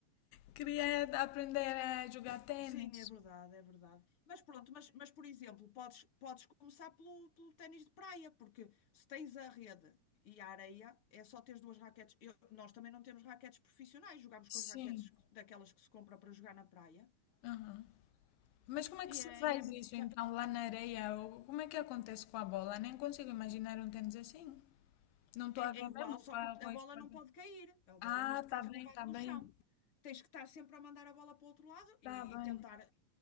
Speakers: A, on the left; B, on the left.
A: Queria aprender a jogar tênis.
B: Sim, é verdade, é verdade. Mas pronto, mas, mas por exemplo, podes, podes começar pelo, pelo ténis de praia, porque se tens a rede e a areia, é só teres duas raquetes. Eu- nós também não temos raquetes profissionais, jogamos
A: Sim.
B: com as raquetes que- daquelas que se compra para jogar na praia.
A: aham. Mas como é que
B: E
A: se
B: é,
A: faz
B: e é muito.
A: isso
B: ta-
A: então lá na areia? Ou Como é que acontece com a bola? Nem consigo imaginar um tênis assim. Não estou
B: É,
A: a ver
B: é igual,
A: mesmo
B: só
A: para
B: que a
A: a
B: bola
A: esporte.
B: não pode cair. A bola,
A: Ah,
B: neste caso,
A: tá bem,
B: não bate
A: tá
B: no
A: bem.
B: chão. Tens que estar sempre a mandar a bola para o outro lado e,
A: Tá bem.
B: e tentar.